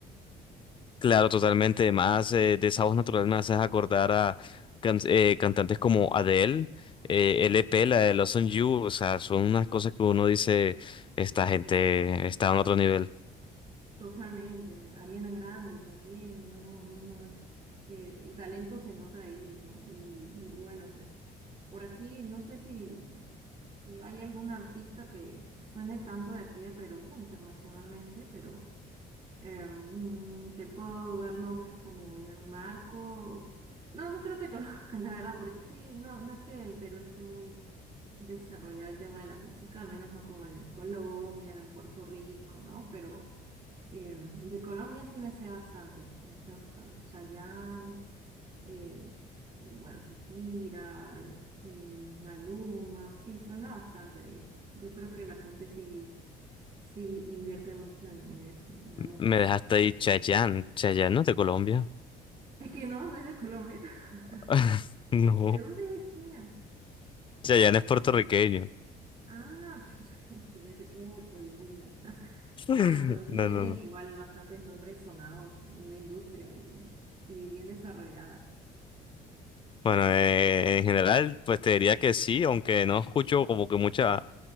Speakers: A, on the left; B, on the right.
A: Claro, totalmente. Además, eh, de esa voz natural me haces acordar a can- eh, cantantes como Adele, eh, L P, la de Los On You, o sea, son unas cosas que uno dice, esta gente está en otro nivel.
B: Totalmente, Ariana Grande también, no, no, no, es, es que el talento se nota ahí, ¿no? Y, y bueno, pues por aquí no sé si, si hay algún artista que, que suene tanto de aquí de Perú internacionalmente, pero em, te puedo dar nombres como Marco, no, no creo que <laughs> conozcas la verdad, porque sí, no, no es que el Perú esté muy desarrollado el tema de la música, al menos no como en Colombia, en Puerto Rico, ¿no? Pero... Eh, de Colombia sí me sé bastantes, me sé bastantes. Chayanne, eh, bueno, Shakira, el, el Maluma, sí, suena bastante ahí. Yo creo que la gente sí, sí invierte mucho en, en eso, en la música.
A: Me dejaste ahí Chayanne. Chayanne no es de Colombia.
B: <laughs> Es que no, no es de Colombia. <laughs>
A: <laughs> No.
B: ¿De dónde es Chayanne?
A: Chayanne es puertorriqueño.
B: Ah, <laughs> que pensé que era de Colombia. <laughs>
A: <laughs>
B: No, pero sí
A: No,
B: tienen
A: no, no.
B: igual bastantes nombres sonados en la industria y, y bien desarrollada. sí.
A: Bueno, eh, en general, pues te diría que sí, aunque no escucho como que mucha